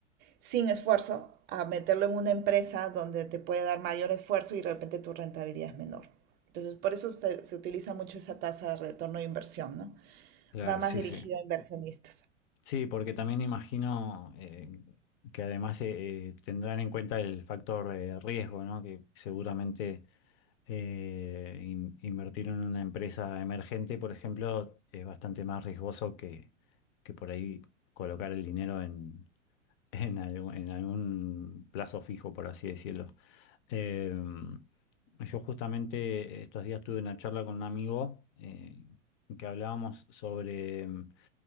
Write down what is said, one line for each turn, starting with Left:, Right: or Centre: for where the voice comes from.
Right: sin esfuerzo a meterlo en una empresa donde te puede dar mayor esfuerzo y de repente tu rentabilidad es menor. Entonces, por eso se, se utiliza mucho esa tasa de retorno de inversión, ¿no?
Left: Claro,
Right: Va más
Left: sí,
Right: dirigida
Left: sí.
Right: a inversionistas.
Left: Sí, porque también imagino eh, que además eh, eh, tendrán en cuenta el factor de riesgo, ¿no? Que seguramente eh, in- invertir en una empresa emergente, por ejemplo, es bastante más riesgoso que, que por ahí colocar el dinero en, <laughs> en algo- en algún plazo fijo, por así decirlo. Eh, yo justamente estos días tuve una charla con un amigo eh, que hablábamos sobre mm,